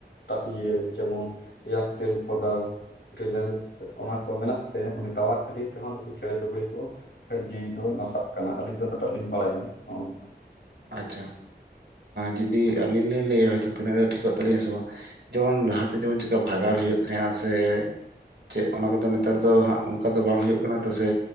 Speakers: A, on the left; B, on the right.
A: ᱢᱟᱜ ᱤᱭᱟᱹ ᱡᱮᱢᱚᱱ ᱮᱭᱟᱨᱴᱮᱞ ᱵᱷᱳᱰᱟ ᱨᱤᱞᱮᱱᱥ ᱚᱱᱟ ᱠᱚ ᱢᱮᱱᱟᱜ ᱛᱮ ᱢᱟᱱᱮ ᱴᱟᱣᱟᱨ ᱠᱷᱟᱹᱛᱤᱨ ᱛᱮᱦᱚᱸ ᱱᱩᱠᱩ ᱪᱮᱬᱮ ᱪᱩᱯᱲᱤ ᱠᱚ, ᱡᱤᱣᱤ ᱫᱚ ᱱᱟᱥᱟᱜ ᱠᱟᱱᱟ ᱟᱹᱞᱤᱧ ᱡᱚᱛᱚᱴᱟᱜ ᱞᱤᱧ ᱵᱟᱲᱟᱭᱟ ᱱᱚᱜ-ᱚ ᱱᱚᱝᱠᱟ,
B: ᱟᱪᱪᱷᱟ ᱡᱩᱫᱤ ᱟᱹᱞᱤᱧ ᱞᱤᱧ ᱞᱟᱹᱭ ᱟᱭ ᱛᱤᱱᱟᱹᱜ ᱴᱷᱤᱠᱚᱜ ᱛᱟᱹᱞᱤᱧᱟ ᱥᱮ ᱵᱟᱝ ᱡᱮᱢᱚᱱ ᱞᱟᱦᱟᱛᱮ ᱡᱮᱢᱚᱱ ᱪᱮᱠᱟ ᱵᱷᱟᱜᱟᱲ ᱦᱩᱭᱩᱜ ᱛᱟᱦᱮᱸᱜ-ᱟ ᱥᱮ ᱪᱮᱫ ᱚᱱᱟ ᱠᱚᱫᱚ ᱱᱮᱛᱟᱨ ᱫᱚ ᱦᱟᱸᱜ ᱚᱱᱠᱟ ᱫᱚ ᱵᱟᱝ ᱦᱩᱭᱩᱜ ᱠᱟᱱᱟ ᱛᱮ ᱥᱮ